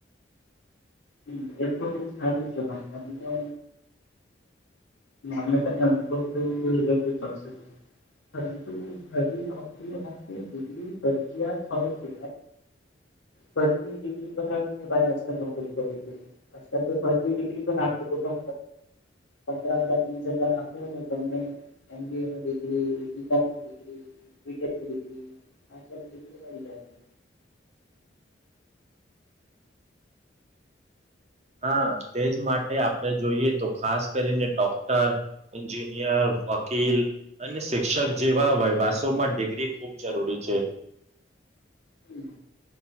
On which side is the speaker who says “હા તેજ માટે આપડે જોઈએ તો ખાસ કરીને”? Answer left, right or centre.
Right